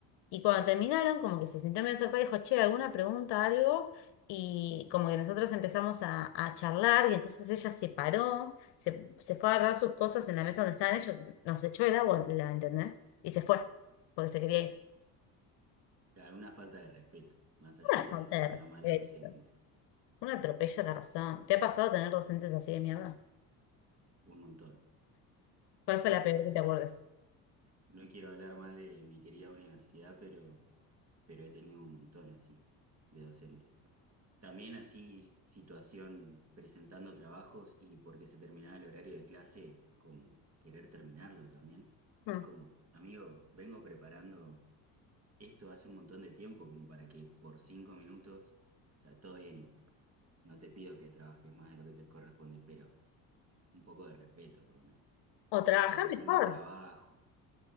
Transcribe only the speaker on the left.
Y cuando terminaron, como que se sintió medio sorpresa y dijo, che, ¿alguna pregunta, algo? Y como que nosotros empezamos a, a charlar y entonces ella se paró, se, se fue a agarrar sus cosas en la mesa donde estaban ellos, nos echó el agua, la entendés, y se fue, porque se quería ir.
Una
falta
de
respeto,
un atropello a la razón. ¿Te ha pasado tener docentes así de mierda?
¿Cuál fue la peor que te acuerdas?
Mm.
O trabajar
mejor.